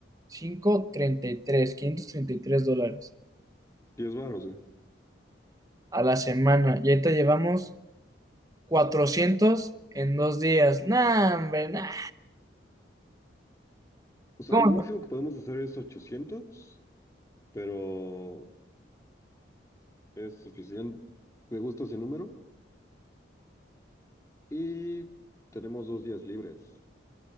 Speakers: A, on the right; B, on the left.
A: treinta treinta y tres quinientos treinta y tres dólares
B: Diez varos, güey.
A: a la semana. Y ahorita llevamos cuatrocientos en dos días. Nah, hombre, nah.
B: O sea,
A: ¿Cómo?
B: lo máximo
A: no?
B: que podemos hacer es 800, pero es suficiente. Me gusta ese número. Y tenemos dos días libres.